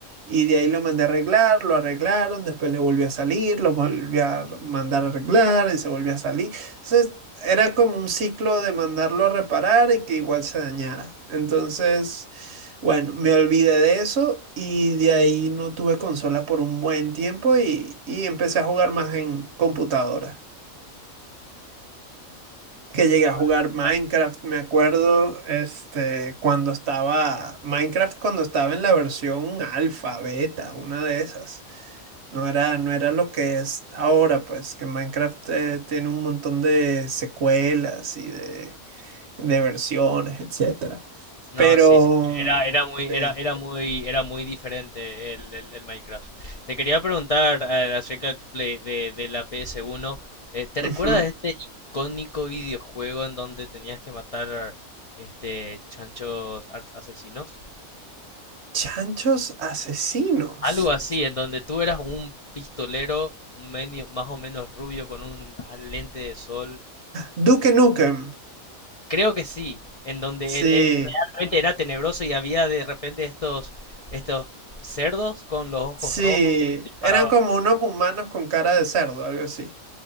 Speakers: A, on the right; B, on the left.
A: y de ahí lo mandé a arreglar, lo arreglaron, después le volvió a salir, lo volví a mandar a arreglar y se volvió a salir. Entonces era como un ciclo de mandarlo a reparar y que igual se dañara. Entonces, bueno, me olvidé de eso y de ahí no tuve consola por un buen tiempo y, y empecé a jugar más en computadora que llegué a
B: Vale,
A: jugar Minecraft,
B: vaya.
A: me acuerdo, este, cuando estaba, Minecraft cuando estaba en la versión alfa, beta, una de esas. No era, no era lo que es ahora, pues, que Minecraft eh, tiene un montón de secuelas y de, de versiones, etcétera.
B: No,
A: Pero,
B: sí, sí. Era, era muy, era,
A: sí.
B: era muy, era muy diferente el, el- el Minecraft. Te quería preguntar eh, acerca de tu play de, de la PS1. Eh, ¿te
A: ujú.
B: recuerdas de este icónico videojuego en donde tenías que matar este chanchos as- asesinos?
A: Chanchos asesinos.
B: Algo así, en donde tú eras un pistolero medio- más o menos rubio con un lente de sol
A: Duke Nukem.
B: Creo que sí, en donde
A: Sí,
B: e- e- e- realmente era tenebroso y había de repente estos, estos cerdos con los ojos
A: sí.
B: rojos que te disparaban.
A: Eran como unos humanos con cara de cerdo, algo así.